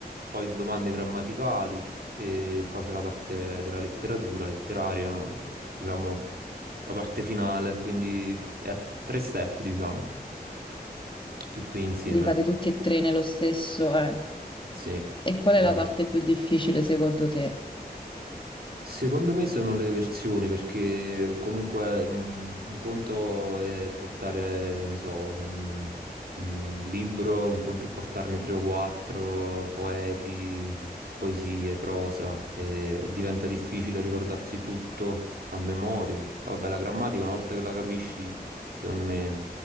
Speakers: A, on the right (about 70°); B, on the left (about 30°).
A: poi domande grammaticali e poi c'è la parte della letteratura, letteraria, eh, diciamo la parte finale, quindi è a tre step, diciamo, tutto insieme.
B: Li fate tutti e tre nello stesso, eh.
A: Sì,
B: E qual è
A: nel-
B: la parte più difficile secondo te?
A: Secondo me sono le versioni perché comunque mh, un conto è portare, che ne so, un, un libro, un conto è portarne tre o quattro, poeti, poesie, prosa, e diventa difficile ricordarsi tutto a memoria. Poi vabbè, la grammatica una volta che la capisci, secondo me